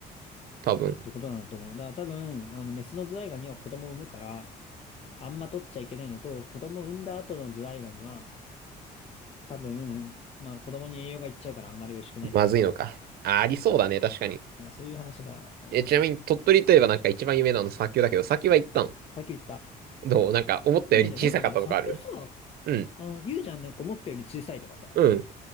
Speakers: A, on the right; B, on the left.
A: 多分。
B: ってことなんだと思う。だから多分、あの、メスのズワイガニは子供を産むから、あんま取っちゃいけないのと、子供を産んだ後のズワイガニは、多分、まあ子供に栄養がいっちゃうからあんまり美味しくないとかじゃないかな。
A: まずいのか。あ、ありそうだね、確かに。
B: なんかそういう話があると思う。
A: え、ちなみに鳥取といえばなんか一番有名なの砂丘だけど、砂丘は行ったの
B: さっき言った。
A: どうなんか思ったより小さかったとかある
B: でもね、なんかね、さっきさ、
A: うん、
B: あの、言うじゃん、なんか思ったより小さいとかさ。
A: うん、